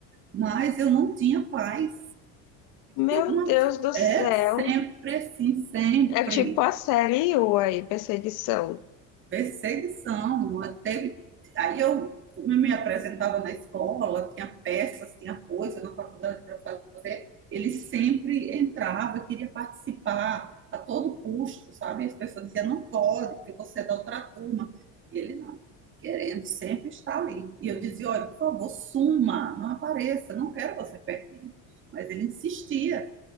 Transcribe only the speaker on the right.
mas eu não tinha paz.
Eu, uma,
é sempre assim, sempre.
Perseguição. até aí eu, eu me apresentava na escola, tinha peças, tinha coisa na faculdade para fazer. Ele sempre entrava, queria participar a todo custo, sabe? As pessoas diziam, não pode, porque você é da outra turma. E ele não, querendo sempre estar ali. E eu dizia, olha, por favor, suma, não apareça, não quero você pertinho. Mas ele insistia.